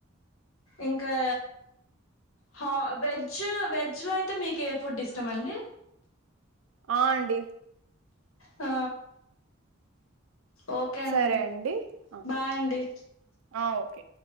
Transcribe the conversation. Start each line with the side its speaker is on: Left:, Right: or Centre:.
Left: ఇంకా హా వెజ్ వెజ్లో అయితే మీకు ఏ ఫుడ్ ఇస్తామండి
Right: ఆ అండి
Left: ఆ ఓకే అండి
Right: సరే ఆ
Left: బాయ్ అండి
Right: ఆ! ఓకే